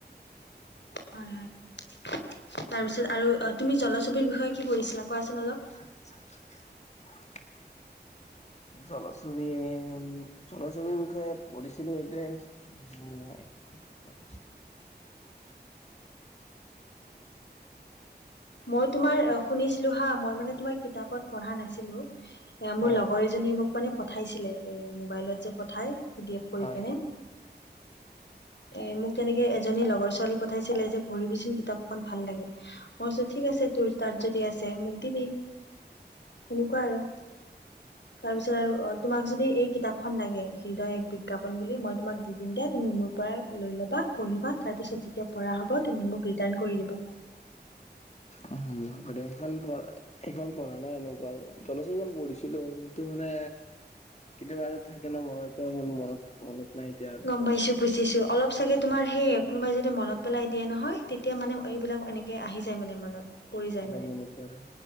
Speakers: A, on the left; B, on the left.
A: হয়, হয়। তাৰপিছত আৰু অ' তুমি জলছবিৰ বিষয়ে কি পঢ়িছিলা কোৱাচোন অলপ
B: <unintelligible>
A: <unintelligible>
B: জলছবি উম, জলছবিৰ বিষয়ে পঢ়িছিলোঁ এইটোৱে <unintelligible>
A: মই তোমাৰ শুনিছিলোঁ হা, মই মানে তোমাৰ কিতাপত পঢ়া নাছিলোঁ। এই মোৰ
B: হয়
A: লগৰ এজনীয়ে মোক পঠাইছিলে এ মোবাইলত পঠাই পিডিএফ এ কৰি
B: হয়
A: কেনে <unintelligible> এই মোক তেনেকে এজনী লগৰ ছোৱালী পঠাইছিলে। যে ভৰি বিচোন কিতাপখনৰ পঢ়ি ভাল লাগে। মই কৈছোঁ ঠিক আছে, তোৰ তাত যদি আছে, মোক দিবি সেনেকুৱা আৰু <unintelligible> তাৰপিছত আৰু তোমাক যদি এই কিতাপখন লাগে। হৃদয় এক বিজ্ঞাপন বুলি মই তোমাক দি দিম দিয়া তুমি মোৰ পৰা লৈ ল'বা, পঢ়িবা। তাৰপিছত যেতিয়া পঢ়া হ'ব তুমি মোক ৰিটাৰ্ণ কৰি দিবা।
B: উম, গোটেই কেইখন, সেইখন পঢ়া সেইখন পঢ়া নাই। এনেকুৱা জলচিঘল পঢ়িছিলোঁ। টোৰ মানে কেতিয়াবা আৰু থাকে ন, মনত এতিয়া মনত, মনত নাই এতিয়া।
A: গ'ম পাইছোঁ, বুজিছো। অলপ চাগৈ তোমাৰ সেই কোনোবাই যদি মনত পেলাই দিয়ে নহয় তেতিয়া মানে এইবিলাক এনেকে আহি যায় মানে মনত। পৰি যায়
B: অলপ
A: মানে,
B: মনত পৰে